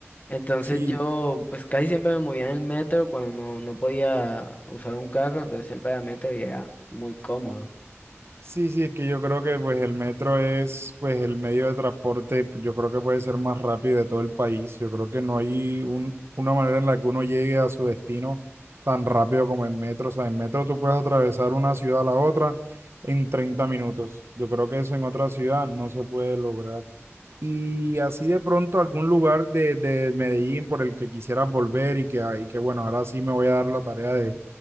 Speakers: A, on the left (about 35°); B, on the right (about 60°).
A: Entonces
B: Sí,
A: yo, pues casi siempre me movía en el metro cuando no, no podía usar un carro, entonces siempre era metro y era muy cómodo.
B: Sí, sí, es que yo creo que pues el metro es pues el medio de transporte, yo creo que puede ser más rápido de todo el país. Yo creo que no hay un, una manera en la que uno llegue a su destino tan rápido como en metro. O sea, en metro tú puedes atravesar una ciudad a la otra en 30 minutos. Yo creo que eso en otra ciudad no se puede lograr. Y así de pronto algún lugar de, de Medellín por el que quisieras volver y que, y que bueno, ahora sí me voy a dar la tarea de,